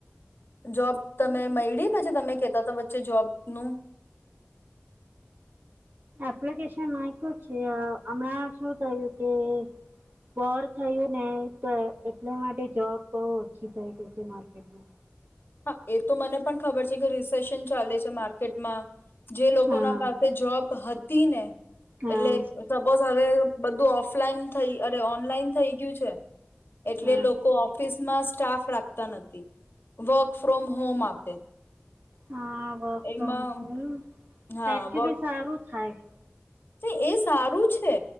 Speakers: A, on the left; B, on the right.
A: જોબ તમે મળડી પછી તમે કેતા હતા વચ્ચે જોબનુંું
B: એપ્લિકેશન આપ્યું છે હમણાં શું થયું કે વોર થયું ને તો એટલા માટે જોબ બહ ઓછી થઈ ગઈ છે માર્કેટમાં
A: હા એ તો મને પણ ખબર છે કે રિસેેશન ચાલે છે માર્કેટમાં જે લોકો
B: હા
A: ના પાસે જોબ તને
B: હા
A: એલે સપોઝ હવે બધું ઓફલાઈન થઈ અરે ઓનલાઈન થઈ ગયું છે એટલે
B: હા
A: લોકો ઓફિસમાં સ્ટાફ રાખતા નથી. વર્ક ફ્રોમ હોમ આપે.
B: હા વર્ક
A: એમાં
B: ફોર્મ હોમ
A: હા
B: એકચ્યુલી
A: વર્ક
B: સારું થાય.
A: એ સારું છે.